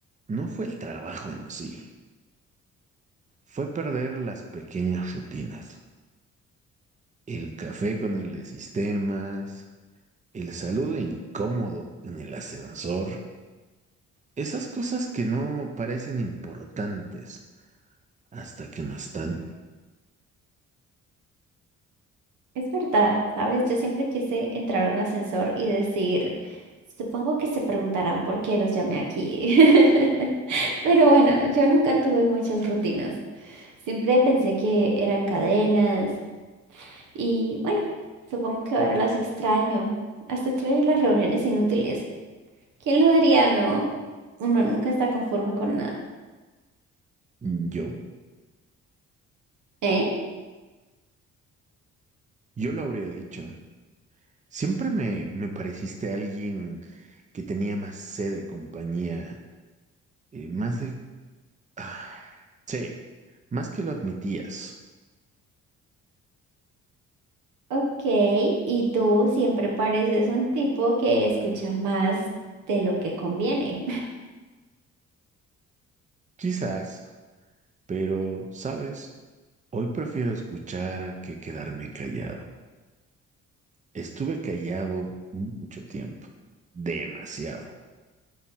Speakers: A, on the right (about 25°); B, on the right (about 85°).
A: no fue el trabajo en sí, fue perder las pequeñas rutinas. El café con el de sistemas, el saludo incómodo en el ascensor, esas cosas que no parecen importantes hasta que no están.
B: Es verdad, ¿sabes? Yo siempre quise entrar a un ascensor y decir, supongo que se preguntarán por qué los llamé aquí. <laughs> Pero bueno, yo nunca tuve muchas rutinas. Siempre pensé que eran cadenas y bueno, supongo que ahora las extraño. Hasta extraño las reuniones inútiles. ¿Quién lo diría, no? Uno nunca está conforme con nada.
A: Yo,
B: ¿Eh?
A: yo lo habría dicho. Siempre me, me pareciste alguien que tenía más sed de compañía, eh, más de... ah, sí, más que lo admitías.
B: Ok, y tú siempre pareces un tipo que escucha más de lo que conviene.
A: Quizás, pero, ¿sabes? Hoy prefiero escuchar que quedarme callado. Estuve callado mucho tiempo, demasiado.